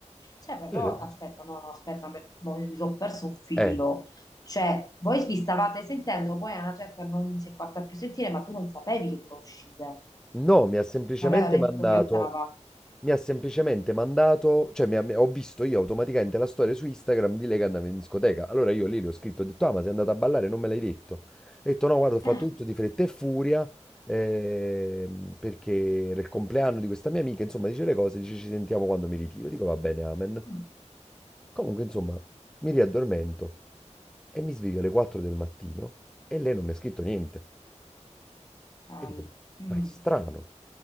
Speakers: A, on the left; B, in the centre.
A: Cioè, però,
B: E allora
A: aspetta,
B: dici,
A: no, no, aspetta, me- mo- mi sono perso un filo.
B: Eh.
A: Cioè, voi vi stavate sentendo, poi a una certa non si è fatta più sentire, ma tu non sapevi che doveva uscire.
B: No, mi ha semplicemente
A: Aveva detto
B: mandato,
A: che andava.
B: mi ha semplicemente mandato, cioè mi ha- mi- ho visto io automaticamente la storia su Instagram di lei che andava in discoteca. Allora io lì le ho scritto, ho detto, ah, ma sei andata a ballare, non me l'hai detto. Ho detto, no, guarda, ho fatto
A: Eh,
B: tutto di fretta e furia, ehm, perché era il compleanno di questa mia amica, insomma, dice le cose, dice ci sentiamo quando mi ritiro. Dico, va bene, amen.
A: mm,
B: Comunque, insomma, mi riaddormento e mi sveglio alle 4 del mattino e lei non mi ha scritto niente.
A: dai.
B: E dico,
A: Mm.
B: ma è strano,